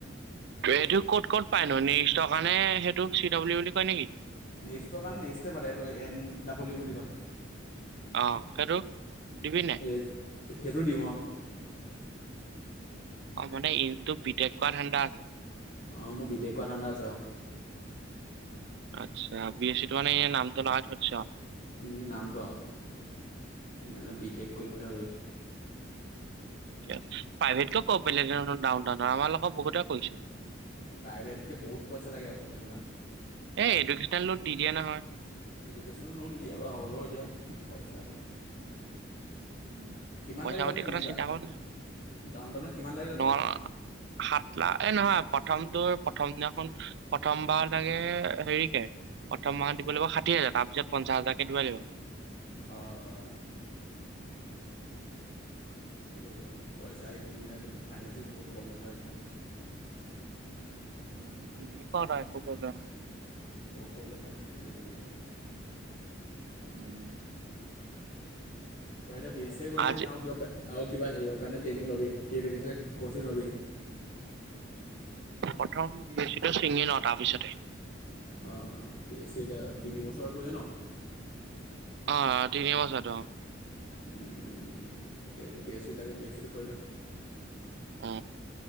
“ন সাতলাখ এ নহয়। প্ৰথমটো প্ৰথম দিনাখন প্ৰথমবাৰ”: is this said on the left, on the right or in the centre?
Right